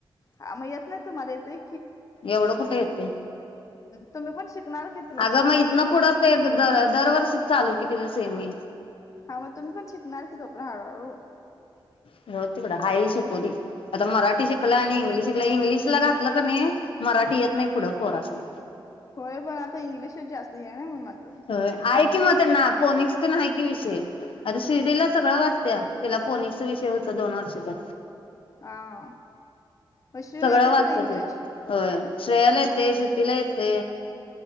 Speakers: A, on the left (about 35°); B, on the left (about 75°).
A: हा मग येत नाही तुम्हाला येतोय
B: एवढं कुठ येतय
A: तुम्ही पण शिकणार की तुला
B: अग
A: शिकवत
B: मग इथन
A: शिकवत
B: पुढं ते दरवर्ष चालू कि तिथं सेमी
A: हा मग तुम्ही पण शिकणार कि तोपर्यंत हळूहळू
B: जाऊदे तिकडं हाय हे शिकू दे आता मराठी शिकला आणि इंग्लिश शिकला इंग्लिशला घातलं नाही मराठी येत नाही पुढं पोरासनी
A: होय पण आता इंग्लिश जास्ती आहे ना म्हणुन म्हणलो मी
B: होय आहे कि म त्यांना पोनिक्स तेन हाय की विषय आता शिर्डीला
A: हा
B: सगळं वाचत्या तिला फोनिक्स विषय होता दोन वर्षाचा
A: हा मग श्रीला
B: सगळं
A: येते
B: वाचत
A: सोडा इंग्लिश
B: ते होय श्रेयल येत ते श्रुतीला येते